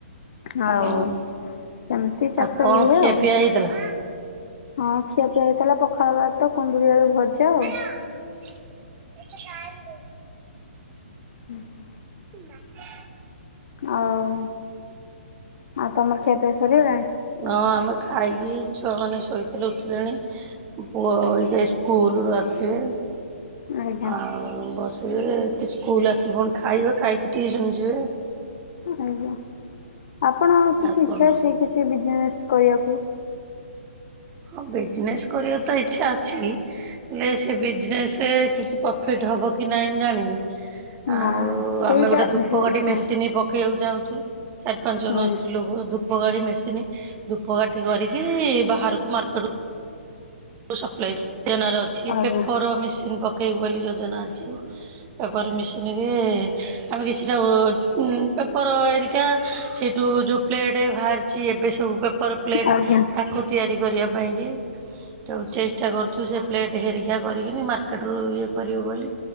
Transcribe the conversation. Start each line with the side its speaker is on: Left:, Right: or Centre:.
Left: ହଉ
Right: ଆଉ
Left: ସେମିତି ଚାଷ
Right: ଆଉ କଣ
Left: ହୁଏ
Right: ଖିଆ
Left: ଆଉ।
Right: ପିଆ ହେଇଥିଲା?
Left: ହଁ ଖିଆ ପିଆ ହେଇଥିଲା ପଖାଳ ଭାତ କୁନ୍ଦୁରି ଆଳୁ ଭଜା ଆଉ।
Right: <unintelligible>
Left: ହୁଁ ହୁଁ।
Right: ଥିଲା
Left: ଆଉ ଆଉ ତମର ଖିଆ ପିଆ ସରିଗଲାଣି?
Right: ହଁ ଆମେ ଖାଇକି ଛୁଆ ମାନେ ଶୋଇଥିଲେ ଉଠିଲେଣି ପୁଅ ସ୍କୁଲରୁ ଆସିବେ
Left: ଆଜ୍ଞା
Right: ଆଉ ବସିବେ ସିଏ ସ୍କୁଲ୍ ଆସିବେ ପୁଣି ଖାଇବେ ଖାଇକି ଟିୟୁସନ୍ ଯିବେ।
Left: ଆଜ୍ଞା ଆପଣ କିଛି
Right: ଆଉ
Left: ଇଚ୍ଛା
Right: କଣ
Left: ଅଛି କିଛି ବିଜନେସ୍ କରିବାକୁ?
Right: ହଁ ବିଜନେସ୍ କରିବା ତ ଇଚ୍ଛା ଅଛି। ହେଲେ ସେ ବିଜନେସ୍ କିଛି ପ୍ରଫିଟ୍ ହବ କି ନାହିଁ ମୁଁ ଜାଣିନି। ଆଉ
Left: ନା ସେଇଟା
Right: ଆମେ ଗୋଟେ ଧୂପ
Left: ଭୁଲ
Right: କାଟି
Left: ହଁ
Right: ମେସିନ୍ ପ ପକେଇବାକୁ ଯାଉଛୁ ଚାରି ପାଞ୍ଚ ଜଣ
Left: ହଁ
Right: ସ୍ତ୍ରୀ ଲୋକ ଧୂପ କାଠି ମେସିନ୍ ଧୂପ କାଟି କରିକି ତାକୁ ମାର୍କେଟେକୁ ସପ୍ଲାଏ ଯୋଜନାରେ ଅଛି
Left: ଆଜ୍ଞା
Right: ପେପର୍ ମେସିନ୍ ପକେଇବୁ ବୋଲି ଯୋଜନା ଅଛି। ପେପେର୍ ମେସିନିରେ ଆମେ କିଛିଟା ଓ ଉ ପେପର ଏରିକା ସେଠୁ ଯୋଉ ପ୍ଲେଟ୍ ବାହାରି ଅଛି ଏବେ ସବୁ ପେପର୍ ପ୍ଲେଟ୍
Left: ଆଜ୍ଞା ଆଜ୍ଞା।
Right: ତାକୁ ତିଆରି କରିବା ପାଇଁକି ତାକୁ ଚେଷ୍ଟା କରୁଚୁ ସେ ପ୍ଲେଟ୍ ହେରିକା କରିକିନି ମାର୍କେଟରୁ ଇଏ କରିବୁ ବୋଲି